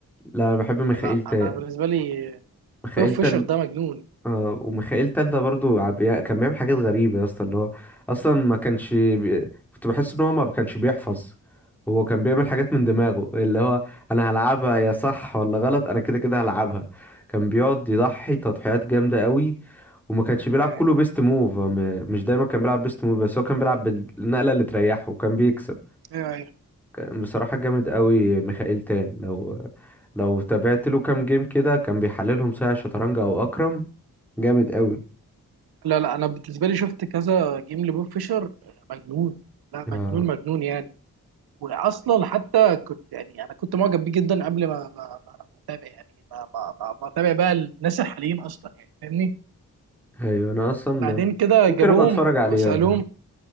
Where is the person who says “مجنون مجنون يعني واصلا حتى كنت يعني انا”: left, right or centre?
Right